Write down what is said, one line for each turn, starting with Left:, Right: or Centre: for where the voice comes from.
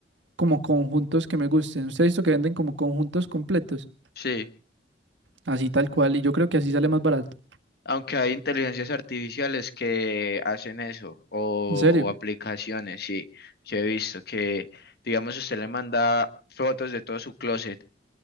Right: como conjuntos que me gusten. Usted ha visto que venden como conjuntos completos,
Left: Sí,
Right: así tal cual, y yo creo que así sale más barato.
Left: aunque hay inteligencias artificiales que hacen eso, o,
Right: En serio,
Left: o aplicaciones, sí. Yo he visto que, digamos, usted le manda fotos de todo su closet